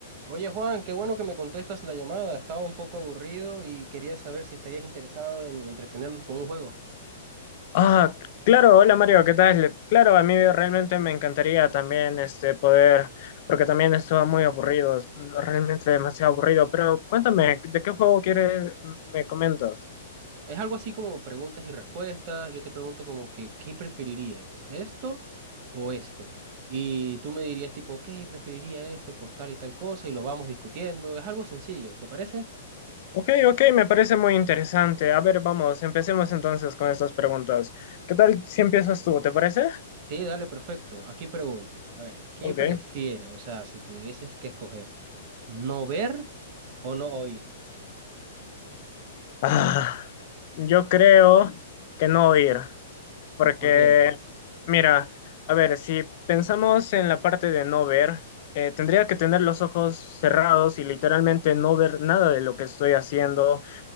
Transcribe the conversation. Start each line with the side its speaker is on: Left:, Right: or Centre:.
Right: Oye Juan, qué bueno que me contestas la llamada. Estaba un poco aburrido y quería saber si estarías interesado en entretenernos con un juego.
Left: Ah, claro, hola Mario, ¿qué tal? Claro, a mí realmente me encantaría también este poder, porque también estuvo muy aburrido, realmente demasiado aburrido, pero cuéntame, ¿de qué juego quieres, me comentas?
Right: Es algo así como preguntas y respuestas. Yo te pregunto como que, ¿qué preferirías? ¿Esto o esto? Y tú me dirías tipo, ok, preferiría esto por tal y tal cosa y lo vamos discutiendo. Es algo sencillo, ¿te parece?
Left: Ok, ok, me parece muy interesante. A ver, vamos, empecemos entonces con estas preguntas. ¿Qué tal si empiezas tú, te parece?
Right: Sí, dale, perfecto. Aquí pregunto, a ver, ¿qué
Left: Ok.
Right: prefieres? O sea, si te tuvieses que escoger, ¿no ver o no oír?
Left: Ah, yo creo que no ir. Porque,
Right: ¿Por qué?
Left: mira, a ver, si pensamos en la parte de no ver, eh, tendría que tener los ojos cerrados y literalmente no ver nada de lo que estoy haciendo